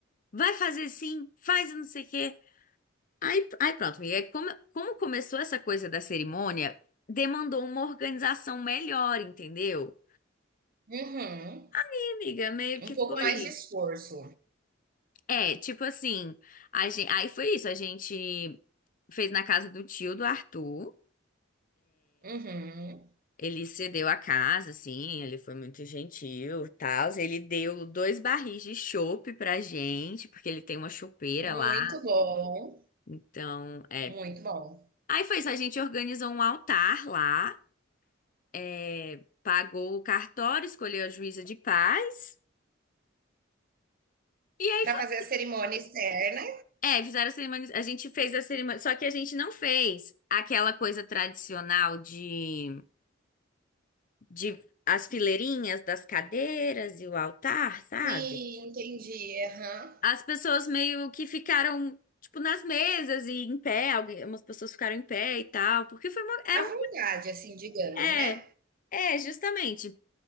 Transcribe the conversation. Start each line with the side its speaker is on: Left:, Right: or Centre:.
Left: Vai fazer sim, faz não sei o quê. Aí, aí pronto, amiga, como, como começou essa coisa da cerimônia, demandou uma organização melhor, entendeu?
Right: Uhum.
Left: E, amiga, meio
Right: Um
Left: que
Right: pouco
Left: foi.
Right: mais de esforço.
Left: É, tipo assim, a gente, aí foi isso, a gente fez na casa do tio do Arthur.
Right: Uhum.
Left: Ele cedeu a casa, assim, ele foi muito gentil e tal. Ele deu dois barris de chopp pra gente, porque ele tem uma chopeira
Right: Muito
Left: lá.
Right: bom,
Left: Então, é.
Right: muito bom.
Left: Aí foi isso, a gente organizou um altar lá, é, pagou o cartório, escolheu a juíza de paz. E aí
Right: Para
Left: foi.
Right: fazer a cerimônia externa.
Left: É, fizeram a cerimônia. A gente fez a cerimônia. Só que a gente não fez aquela coisa tradicional de, de as fileirinhas das cadeiras e o altar, sabe?
Right: Sim, entendi. Aham.
Left: as pessoas meio que ficaram, tipo, nas mesas e em pé, algumas pessoas ficaram em pé e tal, porque foi uma, era
Right: À
Left: uma,
Right: vontade, assim, digamos,
Left: é,
Right: né.
Left: é, justamente.